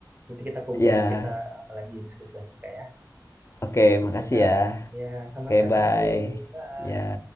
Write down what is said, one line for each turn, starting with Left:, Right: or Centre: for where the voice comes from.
Right: Nanti kita hubungi
Left: ya
Right: kita apalagi diskusi lagi kak ya.
Left: oke okay,
Right: Oke
Left: makasih
Right: kak,
Left: ya
Right: ya sama
Left: oke okay,
Right: kak,
Left: bye
Right: thank you, bye.
Left: ya